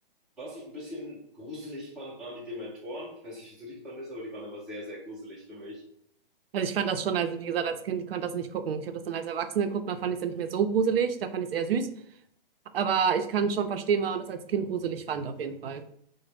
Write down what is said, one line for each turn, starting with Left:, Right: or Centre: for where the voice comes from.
Centre: Was ich ein bisschen gruselig fand, waren die Dementoren. Ich weiß nicht, wie du die fandest, aber die waren immer sehr, sehr gruselig für mich.
Right: Also ich fand das schon, als, wie gesagt, als Kind, ich konnte das nicht gucken. Ich habe das dann als Erwachsene geguckt, da fand ich es dann nicht mehr so gruselig, da fand ich es eher süß. Aber ich kann schon verstehen, warum man das als Kind gruselig fand, auf jeden Fall.